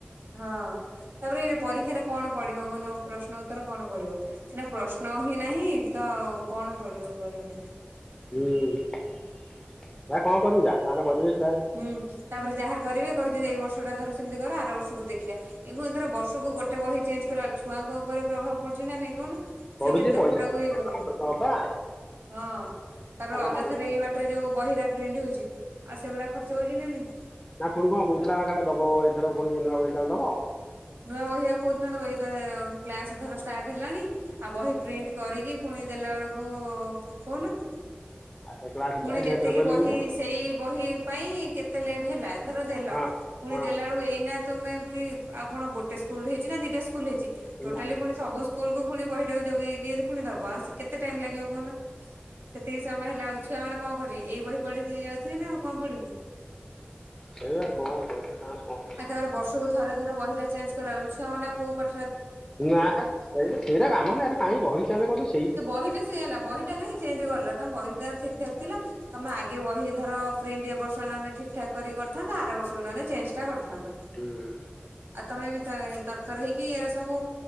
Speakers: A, on the right; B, on the left.
A: ହଁ ତାପରେ ଏଇ ପରୀକ୍ଷା ର କଣ ପଡିବ କହୁନ ପ୍ରଶ୍ନ ଉତ୍ତର କଣ ପଡିବ ସିନା ପ୍ରଶ୍ନ ହିଁ ନାହିଁ ତ ଅ କଣ ପଡିବ? ପରୀକ୍ଷା ରେ
B: ହୁଁ ଭାଇ କଣ କରିବୁ ଯା ତାଙ୍କର କରିଵେ।
A: ହୁଁ ତାପରେ ଯାହା କରିବେ। କହିଚନ୍ତି ଏଇ ବର୍ଷ ଟା ତାର ସେମିତି କର ଆର ବର୍ଷକୁ ଦେଖିବା ଏଣୁ ଏଥର ବର୍ଷକୁ ଗୋଟେ ବହି ଚେଞ୍ଜ କଲାବେଳ ଛୁଆଙ୍କ ଉପରେ ପ୍ରଭାବ ପଡୁଛି ନା ନାଇଁ କହୁନ ସିଏ
B: ପଢୁଛି
A: କେତେ
B: ପଇସା
A: କୋଉଟାକୁ ଇଏ କରିବେ।
B: ଦବା
A: ହଁ ତାପରେ
B: ଆଉ କଣ
A: ଅଯଥାରେ
B: ମାଗଣା
A: ଏଇ ବାଟରେ ଯୋଉ ବହିରା ପ୍ରିଣ୍ଟ ହଉଛି ଆଉ ସେଗୁଡା ଖର୍ଚ ହଉଛି ନା ନାଇଁ।
B: ନା ପୁଣି କଣ କହୁଥିଲା ଦବ ଏଥର ପୁଣି ନୂଆ ବହି କାଳେ ଦବ।
A: ନୂଆ ବହି ଆଉ କହୁଦିନ ଦବ ଏଇତ କ୍ଲାସ ଧର ଷ୍ଟାର୍ଟ ହେଲାଣି ଆଉ ବହି ପ୍ରିଣ୍ଟ କରିକି ଫୁଣି ଦେଲା ବେଳକୁ କହୁନ।
B: ଆଉ ସେ କ୍ଲାସ
A: ପୁଣି
B: ପ୍ରାୟ
A: ଯେତିକି
B: ଲେଟରେ କରିବେ
A: ବହି
B: କି କଣ
A: ସେଇ ବହି ପାଇଁ କେତେ ଲେଟ୍ ହେଲା ଧର ଦେଲ
B: ହଁ
A: ପୁଣି
B: ହଁ
A: ଦେଲା ବେଳକୁ ଏଇନା ତମେ ପୁଣି ଆଉ କଣ ଗୋଟେ ସ୍କୁଲ ହେଇଛି ନା ଦିଟା ସ୍କୁଲ ହେଇଛି ଟୋଟାଲି
B: ନା
A: ପୁଣି ସବୁ ସ୍କୁଲ କୁ ପୁଣି ବହିଟାକୁ ଯୋଗେଇକି ପୁଣି ଦବା ଆଉ କେତେ ଟାଇମ ଲାଗିବ କହୁନ? ସେତିକି ସମୟ ହେଲା ବ ଛୁଆମାନେ କଣ କରିବେ ଏଇ ବହି ପଢ଼ି ଦେଇ ଯାଉଥିବେ ନା ଆଉ କଣ ପଢିବେ।
B: ସେଇଆ କଣ କରିବେ ତାଙ୍କର କଣ
A: ଆଉ ତାପରେ ବର୍ଷକୁ ଥରେ ଧର ବହି ଟା ଚେଞ୍ଜ କଲା ବେଳକୁ ଛୁଆ ମାନେ ଆଁ କୋଉ ପା
B: ନା ସେଇ ସେଇଟା କାମ ନା ଏଇଟା କାଇଁ ବହି ଚେଁ
A: ସେ ବହି ଟା ସେଇ ହେଲା ବହିଟା କାଇଁ ଚେଞ୍ଜ କଲ ତମ ବହି ତ ଠିକ ଠାକ ଥିଲା ତମେ ଆଗେ ବହି ଧର ପ୍ରିଣ୍ଟ ଏ ବର୍ଷ ନହେନେ ଠିକଠାକ୍ କରିଥାନ୍ତା ଆର ବର୍ଷକୁ ନ ହେଲେ ଚେଞ୍ଜ ଟା କରି ଥାନ୍ତ
B: ହୁଁ
A: ଆଉ ତମେ ବି ତ ଏଇ ତର ତର ହେଇକି କି ଏରା ସବୁ